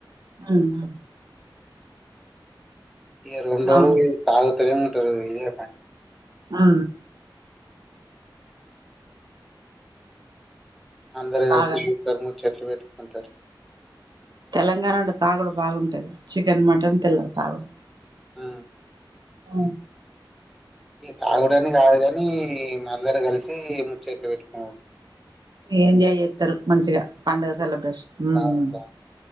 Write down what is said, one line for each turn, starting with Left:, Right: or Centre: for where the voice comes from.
Right: హ్మ్
Centre: ఇగ రెండ్రోజులు
Right: అవును
Centre: తటరు ఇదే కాని
Right: ఆ
Centre: అందర కలిసిరు
Right: బాగా
Centre: <unintelligible> చెట్లు పెట్టుకుంటారు
Right: తెలంగాణ అంటే తాగుడు బాగుంటది చికెన్ మటన్ తెల్లదు తాగుడు
Centre: ఆ
Right: ఆ
Centre: ఇ తాగడానికి కాదు కాని మా అందర కలిసి ముచ్చట్లు పెట్టుకు
Right: ఏంజాయ్ చేస్తారు మంచిగా పండుగ సెలబ్రేషన్ మ్
Centre: దావత్
Right: మ్